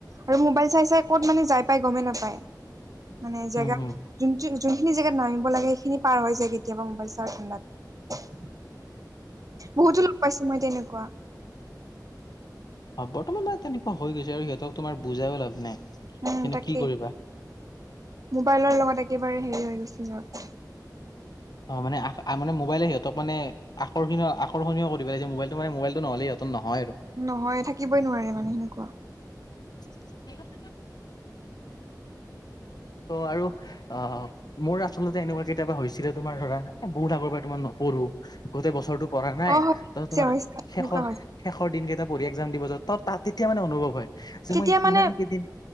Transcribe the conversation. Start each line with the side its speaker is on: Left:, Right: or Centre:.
Right: আৰু মোবাইল চাই - চাই ক'ত মানে যাই পাই গমেই নাপায়? মানে
Left: উম
Right: জেগা
Left: হম
Right: যোনটো যোনখিনি জেগাত নামিব লাগে, সেইখিনি পাৰ হৈ যায় কেতিয়াবা মোবাইল চাৰ ঠাণ্ডাত। বহুতো লগ পাইছোঁ মই তেনেকুৱা।
Left: অ', বৰ্তমান মানে তেনেকুৱা হৈ গৈছে আৰু সিহঁতক তোমাৰ বুজায়ো লাভ নাই।
Right: উম
Left: কিন্তু
Right: তাকেই,
Left: কি কৰিবা
Right: মোবাইলৰ লগত একেবাৰে হেৰি হৈ গৈছে সিহঁত।
Left: অ মানে আ মানে মবাইলে সিহতক মানে আকৰ্ষণীয় আকৰ্ষণীয় কৰি পেলাই যে মোবাইলটো মানে মোবাইলটো নহলে সিহঁত ত নহয় আৰু।
Right: নহয়! থাকিবই নোৱাৰে মানে সেনেকুৱা।
Left: <unintelligible> ত' আৰু অ', অ' মোৰ আচলতে এনেকুৱা কেতিয়াবা হৈছিলে তোমাৰ ধৰা, বহুত আগৰ পৰা তোমাৰ নপঢ়ো গোটেই বছৰটো পঢ়া নাই,
Right: অ হৈছে
Left: ত' তোমাৰ
Right: হৈছে
Left: শেষৰ
Right: এনেকুৱা হৈছে
Left: শেষৰ দিনকেইটা পঢ়ি একজাম দিব যাওঁ, ত তাত তেতিয়া মানে অনুভৱ হয়। যে
Right: তেতিয়া
Left: মই
Right: মানে
Left: ইমান কেইদিন